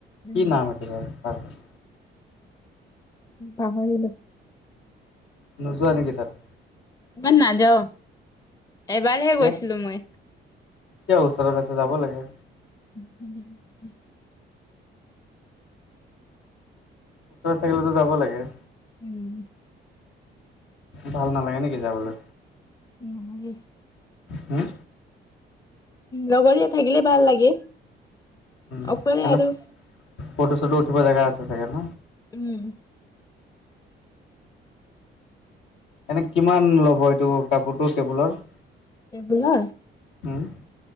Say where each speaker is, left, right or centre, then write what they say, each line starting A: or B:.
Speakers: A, on the left; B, on the left.
A: উম
B: কি নাম সেইফালে পাৰ্ক?
A: পাহৰিলো!
B: নোযোৱা নিকি তাত?
A: ইমান নাযাওঁ! এবাৰহে
B: কিয়
A: গৈছিলো মই।
B: কিয়? ওচৰত আছে যাব লাগে।
A: <unintelligible>
B: ওচৰত, থাকিলেতো যাব লাগে!
A: উম!
B: ভাল নালাগে নেকি যাবলে?
A: নহয় দেই!
B: হুম
A: লগৰীয়া থাকিলে ভাল লাগে।
B: উম
A: অকলে
B: এনে
A: আৰু
B: ফটো, চটো উঠিব জেগা আছে চাগে ন!
A: উম!
B: এনে কিমান ল'ব এইটো কাপোৰটো টেবুলৰ?
A: টেবুলৰ?
B: হুম